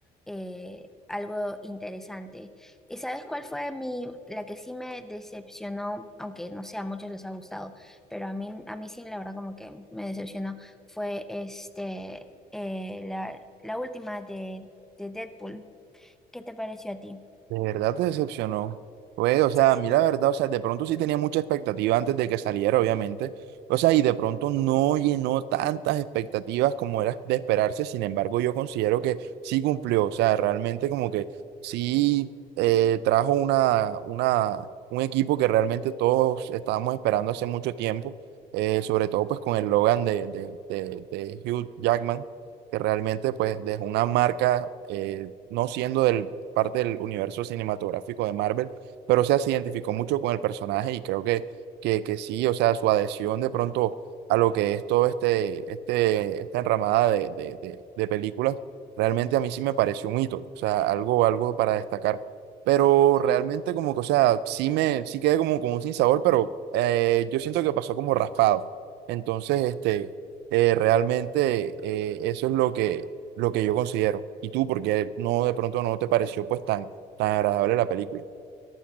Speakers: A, in the centre; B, on the right.
A: eh, algo interesante. ¿Y sabes cuál fue mi, la que sí me decepcionó? Aunque no sé, a muchos les ha gustado, pero a mí, a mí sí, la verdad, como que me decepcionó. Fue este, eh, la, la última de, de Deadpool. ¿Qué te pareció a ti?
B: De verdad te decepcionó. Pues, o sea,
A: Sí.
B: a mí la verdad, o sea, de pronto sí tenía mucha expectativa antes de que saliera, obviamente. O sea, y de pronto no llenó tantas expectativas como era de esperarse. Sin embargo, yo considero que sí cumplió. O sea, realmente como que sí eh, trajo una, una, un equipo que realmente todos estábamos esperando hace mucho tiempo. eh, sobre todo pues con el Logan de, de, de, de Hugh Jackman, que realmente pues dejó una marca, eh, no siendo del parte del universo cinematográfico de Marvel, pero o sea, se identificó mucho con el personaje y creo que, que, que sí, o sea, su adhesión de pronto a lo que es todo este, este, esta enramada de, de, de, de películas, realmente a mí sí me pareció un hito, o sea, algo, algo para destacar. Pero
A: Sí.
B: realmente como que, o sea, sí me, sí quedé como con un sinsabor, pero eh, yo siento que pasó como raspado. Entonces, este, eh, realmente eh, eso es lo que, lo que yo considero. Y tú, porque no de pronto no te pareció pues tan, tan agradable la película.